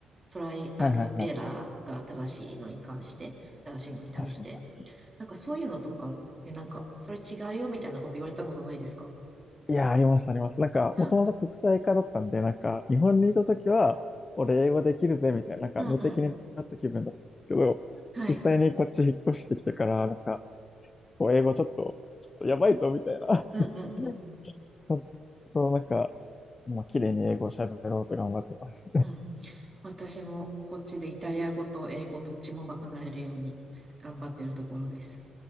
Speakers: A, on the right (about 15°); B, on the left (about 20°).
A: トライアルエラーが正しいのに関して、
B: はいはいはい。
A: 正しいのに対して。
B: 確かに確かに。
A: なんかそういうのとかで、なんか、それ違うよみたいなこと言われたことないですか
B: いや、あります、あります。なんか、
A: うん。
B: もともと国際化だったんで、なんか、日本にいたときは、俺英語できるぜ、みたいな、なんか、
A: うんうん。
B: 無敵になった気分だったんですけど、
A: はい。
B: 実際にこっち引っ越してきてから、なんか、こう、英語ちょっと、ちょっとやばいぞ、みたいな。
A: うんうんうん。
B: <laughs> ちょっと、なんか、まあ綺麗に英語を喋ろうと頑張ってます。
A: うん。私もこっちでイタリア語と英語どっちもバカなれるように頑張ってるところです。